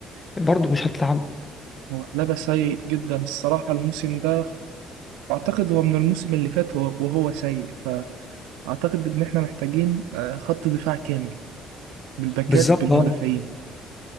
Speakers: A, on the left; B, on the right.
A: برضو مش هتلعبه
B: هو لبس سيء جدا الصراحة الموسم ده واعتقد هو من الموسم اللي فات وه- وهو سيء فاعتقد ان احنا محتاجين آه، خط دفاع كامل بالباكات
A: بالظبط
B: بالمدافعين
A: اه